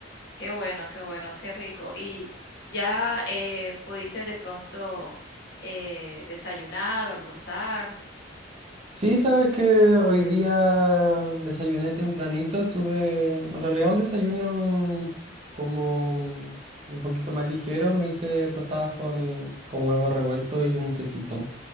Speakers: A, on the left; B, on the right.
A: Qué bueno, qué bueno, qué rico. ¿Y ya eh, pudiste de pronto eh, desayunar o almorzar?
B: Sí, sabes que hoy día desayuné tempranito, tuve en realidad un desayuno como un poquito más ligero, me hice tostadas con, con huevo revuelto y un tecito.